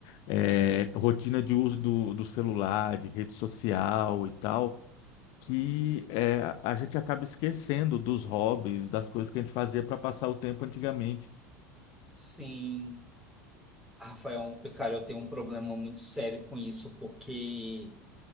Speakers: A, on the left (about 60°); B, in the centre.
A: é, rotina de uso do, do celular, de rede social e tal, que é, a gente acaba esquecendo dos hobbies, das coisas que a gente fazia para passar o tempo antigamente.
B: Sim. Rafael, cara, eu tenho um problema muito sério com isso, porque